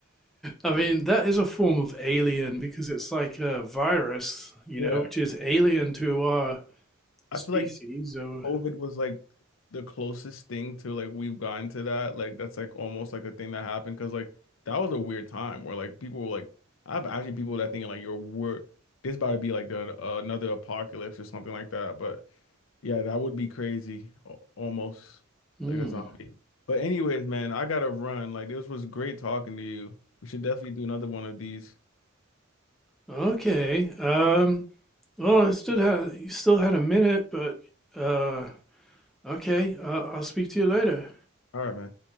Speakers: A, in the centre; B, on the left (about 75°).
A: I mean, that is a form of alien because it's like a virus, you
B: Yeah,
A: know, which is alien to our
B: I
A: species.
B: feel like
A: Or
B: COVID was like the closest thing to like we've gotten to that. Like that's like almost like a thing that happened because like that was a weird time where like people were like, I have actually people that think like you're wor this about to be like the, another apocalypse or something like that. But Yeah, that would be crazy. al- Almost
A: Hmm.
B: like a zombie. But anyways, man, I gotta run. Like this was great talking to you. We should definitely do another one of these.
A: okay, um, well, I stood had you still had a minute, but uh, okay, uh, I'll speak to you later.
B: All right, man.